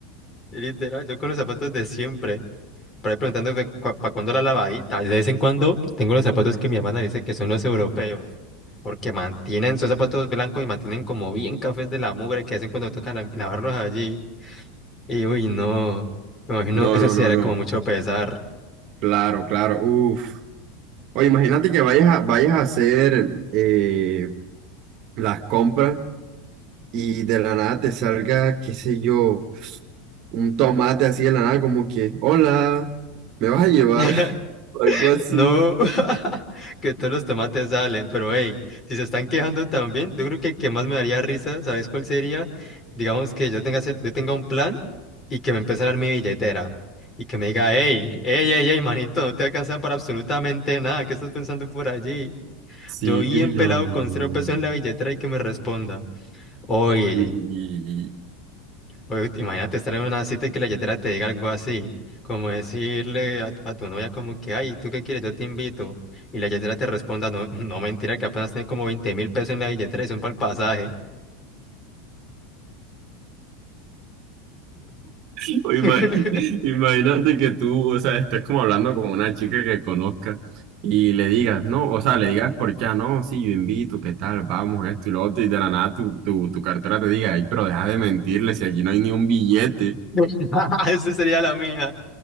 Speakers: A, on the left; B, on the right.
A: Y Literal, yo con los zapatos de siempre. Por ahí preguntando que cua- pa cuando la lavadita. De vez en cuando tengo los zapatos que mi hermana dice que son los europeos. Porque mantienen, son zapatos blancos y mantienen como bien cafés de la mugre que hacen cuando toca la- lavarlos allí. Y uy, no. Me imagino,
B: No,
A: eso
B: no,
A: sí
B: no,
A: era
B: no,
A: como mucho pesar.
B: claro, claro, Uf. Oye, imagínate que vayas a, vayas a hacer eh, las compras y de la nada te salga, qué sé yo. un tomate así de la nada, como que, hola, ¿me vas a llevar?
A: <laughs>
B: <laughs> O Algo así.
A: No, <laughs> que todos los tomates salen, pero hey, si se están quejando también, yo creo que el que más me daría risa, ¿sabes cuál sería? Digamos que yo tenga, cer- yo tenga un plan y que me empiece a dar mi billetera y que me diga, hey, hey, hey, hey, manito, no te alcanza para absolutamente nada, ¿qué estás pensando por allí?
B: Sí,
A: Yo bien
B: uy,
A: pelado
B: no, no, no,
A: con
B: no,
A: cero pesos
B: no.
A: en la billetera y que me responda, oye,
B: Y-
A: Oye, imagínate estar en una cita y que la yetera te diga algo así, como decirle a, tu a tu novia como que, ay, ¿tú qué quieres? Yo te invito. Y la yetera te responda, no, no mentira, que apenas tiene como veinte mil pesos en la billetera y son para el pasaje.
B: y- o
A: <laughs>
B: ima- <laughs> Imagínate que tú, o sea, estés como hablando con una chica que conozcas y le digas, no, o sea, le digas por qué, ah, no, sí, yo invito, qué tal, vamos, esto y lo otro, y de la nada tu, tu, tu cartera te diga, ay, pero deja de mentirle si aquí no hay ni un billete.
A: <laughs> Esa sería la mía.